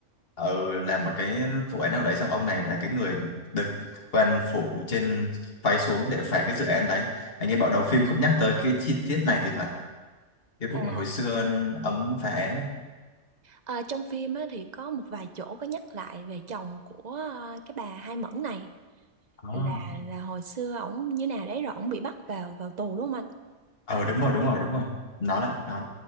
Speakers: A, on the left; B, on the right.
A: ờ, làm một cái vụ án nào đấy xong ông này là cái người được quan phủ trên phái xuống để phá cái dự án đấy anh nghe bảo đầu phim cũng nhắc tới cái chi tiết này thì phải cái vụ
B: À
A: mà hồi xưa ông phá án ấy
B: Ờ, trong phim á, thì có một vài chỗ có nhắc lại về chồng của ờ, cái bà Hai Mẫn này
A: À.
B: là là hồi xưa ổng như nào đấy rồi ổng bị bắt vào vào tù đúng không anh?
A: ờ đúng rồi đúng rồi đúng rồi nó là nó